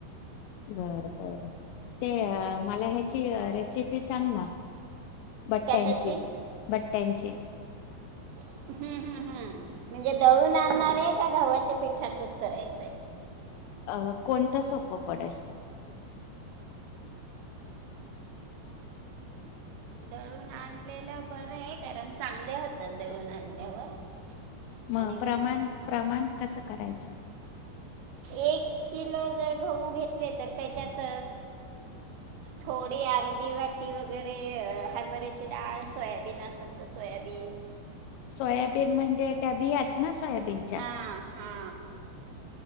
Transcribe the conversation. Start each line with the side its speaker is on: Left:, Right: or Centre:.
Left: बरं बर ते मला ह्याची रेसिपी सांग ना. भट्ट्यांची
Right: कशाची
Left: भट्ट्यांची.
Right: हम्म हम्म हम्म म्हणजे दळून आणणार आहे का घवच्या पिठाचच करायचंय.
Left: अ कोणतं सोपं पडेल.
Right: दळून आणलेलं बरं आहे कारण चांगले होतात दळून आणल्यावर.
Left: मग
Right: आणि
Left: प्रमाण
Right: ग-
Left: प्रमाण कसं करायचं.
Right: एक किलो जर गहू घेतले तर त्याच्यात.
Left: <inaudible>
Right: थोडी अर्दी वाटी वगैरे हरभऱ्याची डाळ सोयाबीन असेल तर सोयाबीन.
Left: सोयाबीन म्हणजे त्या बियाच ना सोयाबीन.
Right: हा हा